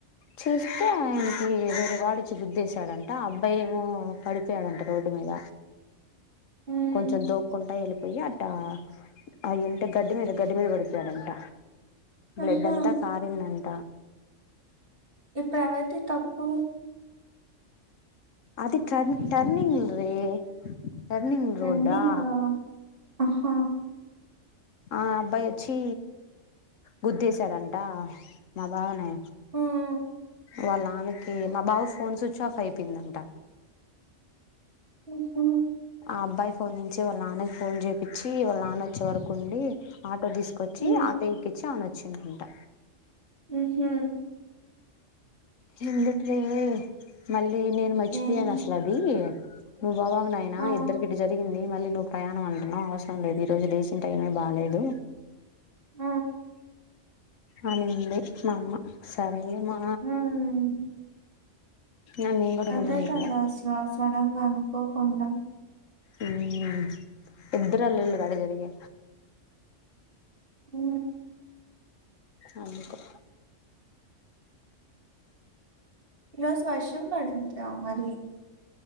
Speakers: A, on the left; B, on the right.
A: చూస్తే ఆయనకి వేరే వాడు వచ్చి గుద్దేశాడంట అబ్బాయి ఏమో పడిపోయాడంట రోడ్డు మీద
B: హ్మ్.
A: కొంచెం దోక్కుంటా వెళ్ళిపోయి అటి ఆ అయ్యుంటే గడ్డి మీద గడ్డి మీద పడిపోయాడంట బ్లెడ్
B: ఆహా!
A: అంతా కారింది అంట
B: ఇప్పుడు ఎవరిది తప్పు
A: అది టర్ టర్నింగ్ రే టర్నింగ్
B: రన్నింగా?
A: రోడ్ ఆ
B: ఆహా!
A: ఆ అబ్బాయి వచ్చి గుద్దేశాడంట మా బావనీ
B: హ్మ్.
A: వాళ్ళ నాన్నకి మా బావ ఫోన్ స్విచ్ ఆఫ్ అయిపోయిందంట
B: ఉహు
A: ఆ అబ్బాయి ఫోన్ నుంచి వాళ్ళ ఆన్నకి ఫోన్ చేయించి వాళ్ళ ఆన్న వచ్చే వరకు ఉండి ఆటో తీసుకొచ్చి
B: హ్మ్.
A: ఆటో ఎక్కిచ్చి ఆమె వచ్చిందంట
B: ఉహు
A: ఎందుకలే మళ్ళీ నేను మర్చిపోయాను
B: ఏహ్!
A: అసలు అది నువ్వు పోవాకు నాయనా
B: ఆ!
A: ఇద్దరికి ఇట్ల జరిగింది మళ్ళీ నువ్వు ప్రయాణం అంటున్నావ్ అవసరం లేదు ఈ రోజు లేసిన టైమే బాలేదు
B: ఊ
A: అనింది మా అమ్మ సరేలే మా
B: హ్మ్.
A: అని నేను కూడా
B: అదే
A: గమ్మున అయిపోయా
B: కదా అసలు సడంగా అనుకోకుండా
A: ఉ ఇద్దరు అల్లుళ్లకి అదే జరిగి
B: ఊ
A: అందుకు
B: ఈ రోజు వర్షం పడిందా మళ్ళీ